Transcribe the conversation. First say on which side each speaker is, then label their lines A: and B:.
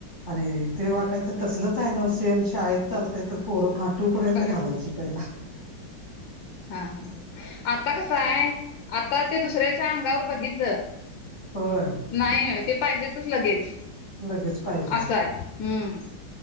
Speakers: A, on the left; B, on the left.
A: आणि ते वाटायचं तसलच आहे न्हवं सेम शाळेत चालतय तर पोर फाट टू पर्यंत
B: काय
A: घालायची
B: झालं?
A: पहिला
B: हा आता कसंहाय, आता ते दुसऱ्या च्या अंगावर बघितलं.
A: होय.
B: नाय नाय ते पाहिजेतच लगेच
A: लगेच पाहिजे
B: असं
A: असते
B: हाय. हम्म